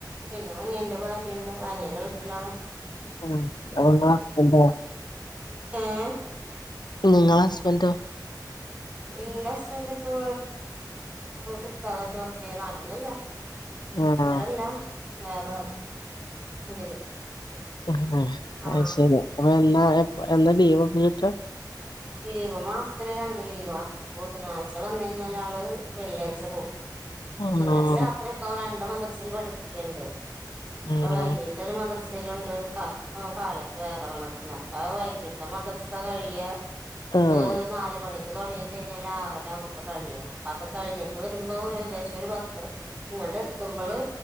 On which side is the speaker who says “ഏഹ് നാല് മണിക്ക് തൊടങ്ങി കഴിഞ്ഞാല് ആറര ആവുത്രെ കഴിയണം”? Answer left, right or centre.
Right